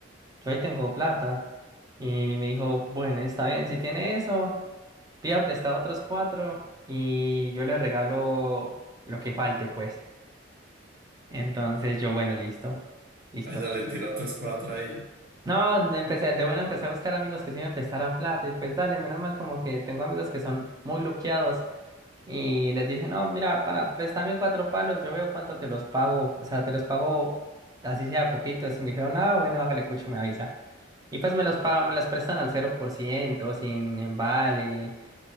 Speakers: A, on the right (about 20°); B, on the right (about 50°).
A: Yo ahí tengo plata. Y me dijo, bueno, está bien, si tiene eso, pida prestado otros cuatro y yo le regalo lo que falte, pues. Entonces yo, bueno, listo, listo.
B: Allá le tira otros cuatro ahí.
A: No, no empecé, de buena empecé a buscar amigos que sí me prestaran plata y pues dale, menos mal como que tengo amigos que son muy luqueados y les dije, no, mira, para prestarme cuatro palos, yo veo cuánto te los pago, o sea, te los pago así sea poquito, y me dijeron, ah, bueno, hágale cucho, me avisa. Y pues me los pagan, me los prestan al cero por ciento sin embale,